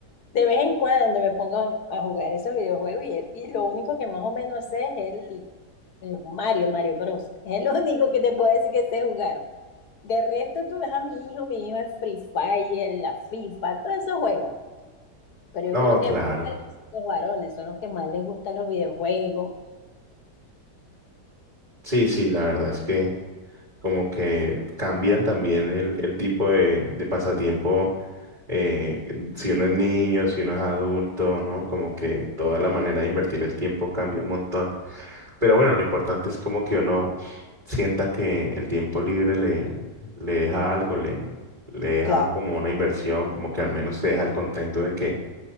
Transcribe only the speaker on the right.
No,
claro.
Sí, sí, la verdad es que como que cambian también el, el tipo de, de pasatiempo, eh, si uno es niño, si uno es adulto, ¿no? Como que toda la manera de invertir el tiempo cambia un montón. Pero bueno, lo importante es como que uno sienta que el tiempo libre le, le deja algo, le, le deja
como una inversión, como que al menos te deja el contento de que